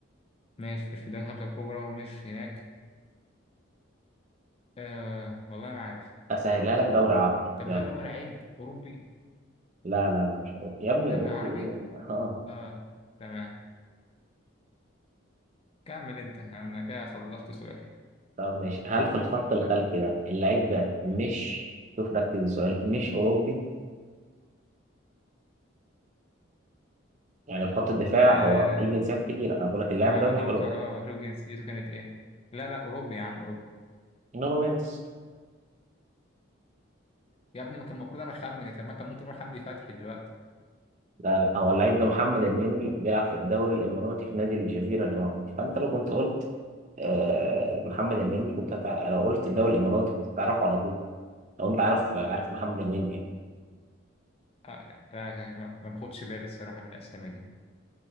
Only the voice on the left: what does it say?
ماشي مش في الدوري الخمسة الكبرى ومش هناك آه والله ما عارف
طب
هل هو لعيب أوروبي
دوري
عربي؟
اه تمام كمل انت انا كده خلصت سؤالي
آه
ما
بفكر
اه بشوف جنسيته كانت ايه لا لا أوروبي يا عم أوروبي
يا ابني ما كان المفروض انا اخمن طب ما كان ممكن يقول حمدي فتحي دلوقتي
آه يعني لا ما ما باخدش بالي الصراحة من الأسامي دي